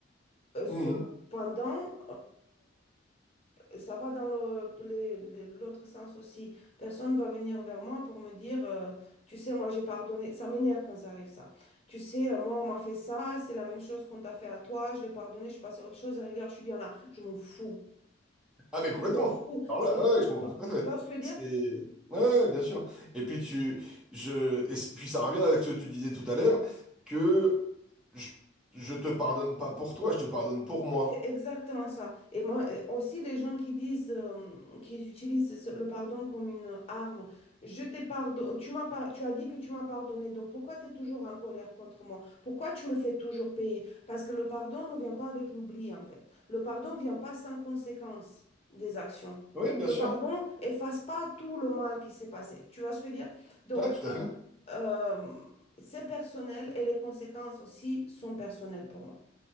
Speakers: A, on the left; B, in the centre.
A: Euh, Cependant,
B: hum, hum.
A: ça va dans le- de les- l'autre sens aussi. Personne va venir vers moi pour me dire, euh, tu sais, moi j'ai pardonné. Ça m'énerve quand ça arrive, ça. Tu sais, euh, moi on m'a fait ça, c'est la même chose qu'on t'a fait à toi, je l'ai pardonné, je suis passée à autre chose et regarde, je suis bien là. Je m'en fous.
B: Ah, mais complètement.
A: Je m'en fous.
B: Alors
A: C'est-
B: là, ouais, je comprends tout à fait.
A: Tu vois ce que je veux
B: C'est...
A: dire?
B: Ouais, ouais, bien sûr. Et puis tu, je, et puis ça revient avec ce que tu disais tout à l'heure, que Je, je te pardonne pas pour toi, je te pardonne pour moi.
A: C'est exactement ça. Et moi, euh, aussi, les gens qui disent, euh, qui utilisent ce- le pardon comme une arme, je t'ai pardonné, tu m'as par- tu as dit que tu m'as pardonné, donc pourquoi tu es toujours en colère contre moi? Pourquoi tu me fais toujours payer? Parce que le pardon ne vient pas avec l'oubli, en fait. Le pardon ne vient pas sans conséquence des actions.
B: Oui, bien
A: Le
B: sûr.
A: pardon efface pas tout le mal qui s'est passé. Tu vois ce que je veux dire? Donc,
B: Ouais, tout à fait.
A: euh, c'est personnel et les conséquences aussi sont personnelles pour moi.